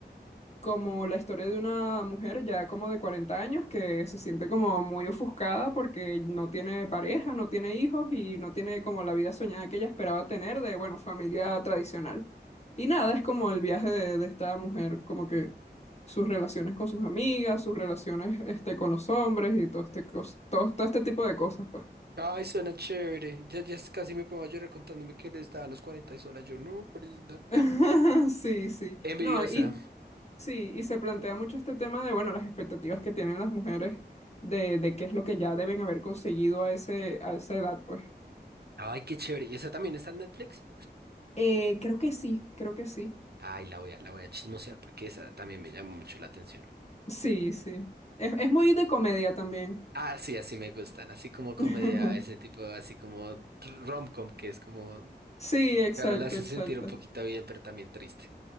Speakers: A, on the left; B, on the right.
A: como la historia de una mujer ya como de 40 años que se siente como muy ofuscada porque no tiene pareja, no tiene hijos y no tiene como la vida soñada que ella esperaba tener de, bueno, familia tradicional. Y nada, es como el viaje de, de esta mujer, como que sus relaciones con sus amigas, sus relaciones este, con los hombres y todo este, cos- todo, todo este tipo de cosas, pues.
B: Ay, suena chévere. Ya, ya casi me pongo a llorar contándome que él estaba a los 40 y sola. Yo, no, pobrecita.
A: <laughs> Sí, sí.
B: Envidiosa.
A: No, y sí, y se plantea mucho este tema de, bueno, las expectativas que tienen las mujeres de, de qué es lo que ya deben haber conseguido a ese, a esa edad, pues.
B: Ay, qué chévere. ¿Y esa también está en Netflix?
A: Eh, creo que sí, creo que sí.
B: Ay, la voy a, la voy a chismosear porque esa también me llama mucho la atención.
A: Sí, sí. Es, es muy de comedia también.
B: Ah, sí, así me gustan. Así como comedia,
A: <laughs>
B: ese tipo, así como rom-com, que es como
A: Sí, exacto,
B: Claro, la hace
A: exacto.
B: sentir un poquito bien, pero también triste.